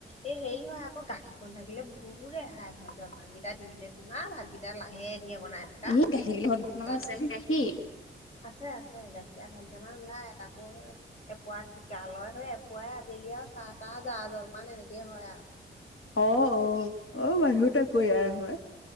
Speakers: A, on the left; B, on the left.
A: এ হেৰি হয় আকৌ, গাখীৰকণ থাকিলে বহুত ৰেহাই হয়। জলপানকেইটা দি দিলে তোমাৰ, ভাতকেইটা তেতিয়া লাহে ধিয়ে বনাই থাকা,
B: এই গাখীৰ ঘৰত
A: চিন্তা
B: আপোনালোকৰ আছে
A: নাথাকে।
B: নে গাখীৰ?
A: আছে আছে, গাখীৰ আধালিটাৰমান ওলাই, তাকো এপুৱা ঠিকা লয়, সেই এপুৱাই আবেলি আৰু চাহ তাহ, জা জলপান এনেকে হয় আৰু।
B: অ', অও, অ' মানুহ তাকৰীয়া নহয়।